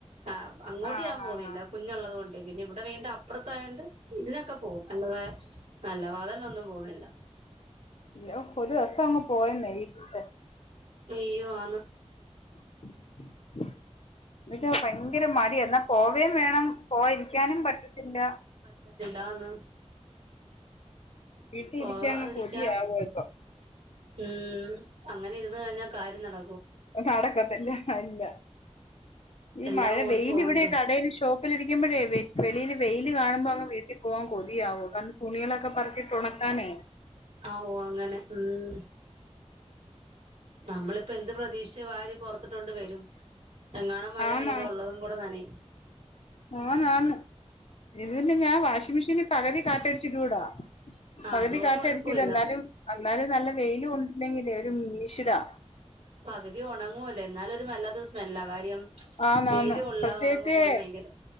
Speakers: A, on the right; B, on the left.
A: ആ അങ്ങോട്ട്
B: ആഹ്
A: ഞാൻ
B: ആഹ്
A: പോകുന്നില്ല
B: ആഹ്
A: കുഞ്ഞുള്ളത് കൊണ്ട് പിന്നെ ഇവിടെ വീടിന്റെ അപ്പുറത്തായോണ്ട് ഇതിനൊക്കെ പോകും അല്ലതായ നല്ല വാതൽ നൊന്നും പോകുന്നില്ല
B: ഇല്ല ഒരു ദിവസം അങ്ങ് പോയന്നേ വീട്ടിട്ട്
A: അയ്യോ ആന്ന്
B: <inaudible> ഇവിടെ ഭയങ്കര മടിയാ എന്നാ പോവേം വേണം പോ ഇരിക്കാനും പറ്റത്തില്ല
A: പറ്റത്തില്ല ആന്ന്
B: വീട്ടി
A: പോകാതിരിക്കാം
B: ഇരിക്കാൻ കൊതിയാവ ഇപ്പൊ
A: ഉം അങ്ങനെ ഇരുന്ന് കഴിഞ്ഞാൽ കാര്യം നട
B: നടക്കത്തില്ല അ ഇല്ല ഈ
A: എല്ലാം
B: മഴ
A: ഓടി
B: വെയില്
A: പോവണ്ടേ
B: ഇവിടെ കടേല് ഷൊ ഷോപ്പിലിരിക്കുമ്പഴേ വെളിയിൽ വെയില് കാണുമ്പോൾ അങ്ങ് വീട്ടിൽ പോകവാൻ കൊതിയാവും കാരണം തുണികളൊക്കെ പറക്കി ട്ടുണക്കാനേ
A: ആവൂ അങ്ങനെ ഉം നമ്മളിപ്പോ എന്ത് പ്രതീക്ഷ് വാരി പൊറത്ത്ട്ടോണ്ട് വരും എങ്ങാണും മഴ
B: ആന്നാ
A: പെയ്താ ഉള്ളതും കൂടെ നനയും
B: ആന്നാന്ന് ഇത് തന്നെ ഞാൻ വാഷിംഗ് മെഷീന് പകുതി കാറ്റടിച്ചിട്ടൂടാ
A: ആ
B: പകുതി
A: അതുകൊണ്ട്
B: കാറ്റടിച്ചിട
A: കുഴപ്പമില്ല
B: എന്നാലും അന്നാലും നല്ല വെയിലും ഉണ്ടില്ലെങ്കിലേ ഒരു മീഷിടാ
A: പകുതി ഒണങ്ങുവല്ലോ എന്നാലും ഒരു വല്ലാത്ത സ്മെല്ലാ കാര്യം
B: ആന്നാന്ന്
A: വെയില് കൊള്ളാതെ
B: പ്രത്യേകിച്ചെ
A: ഉണങ്ങുമ്പോ ഒരു ഭയങ്കര